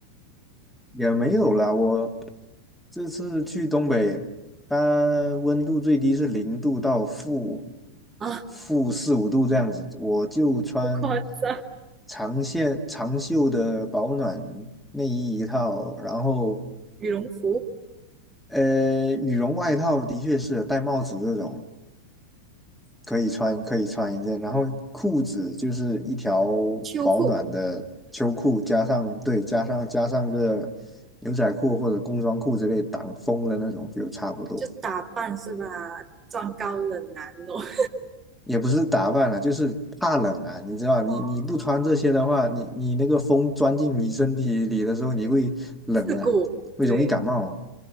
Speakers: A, in the centre; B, on the right.
A: 也没有了。我这次去东北，它温度最低是零度到负
B: 啊，
A: 负四五度这样子，我就穿
B: 好夸张！
A: 长线长袖的保暖内衣一套，然后
B: 羽绒服、
A: 呃羽绒外套的确是戴帽子这种。可以穿，可以穿一件，然后裤子就是一条
B: 秋裤
A: 保暖的秋裤，加上对，加上加上个牛仔裤或者工装裤之类挡风的那种就差不多，
B: 就打扮是吧？装高冷男哦，<laughs>
A: 也不是打扮了，就是怕冷啊，你知道吧，你你不穿这些的话，
B: 哦，
A: 你你那个风钻进你身体里的时候，你会冷啊，
B: 刺骨，
A: 会容易感冒哦
B: 对，